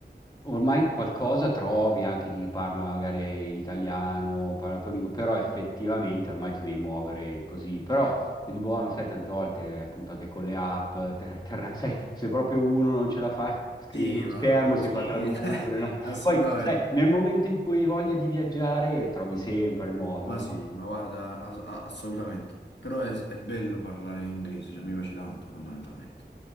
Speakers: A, on the left; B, on the left.
A: ormai qualcosa trovi anche di chi parla magari italiano, paratonico, però effettivamente ormai ti devi muovere così. Però se di buono, sai, tante volte appunto anche con le app, ter- terra- <laughs> sai, se proprio uno non ce la fa, scrive
B: Sì,
A: sullo
B: ma...
A: schermo, si
B: Sì,
A: fa tradurre,
B: <laughs>
A: no?
B: assolutamente.
A: Poi, sai, nel momento in cui hai voglia di viaggiare, trovi sempre il modo,
B: Ma
A: no?
B: sì, ma guarda, ass- a- assolutamente. Però è, è bello parlare inglese, cioè mi piace tanto fondamentalmente.